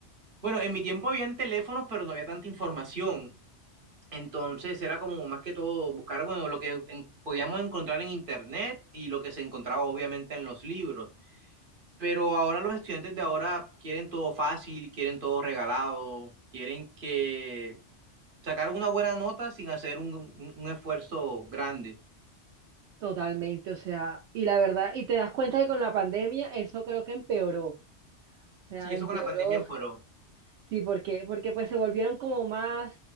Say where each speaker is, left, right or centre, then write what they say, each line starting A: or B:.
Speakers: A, on the right (about 50°); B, on the right (about 75°).
A: bueno, en mi tiempo habían teléfonos, pero no había tanta información, entonces era como más que todo buscar, bueno, lo que en- podíamos encontrar en internet y lo que se encontraba obviamente en los libros. Pero ahora los estudiantes de ahora quieren todo fácil, quieren todo regalado, quieren que sacar una buena nota sin hacer un, un- un esfuerzo grande.
B: Totalmente, o sea, y la verdad, y te das cuenta que con la pandemia eso creo que empeoró, o sea,
A: Sí, eso
B: empeoró
A: con la pandemia empeoró.
B: Sí, porque, porque pues se volvieron como más,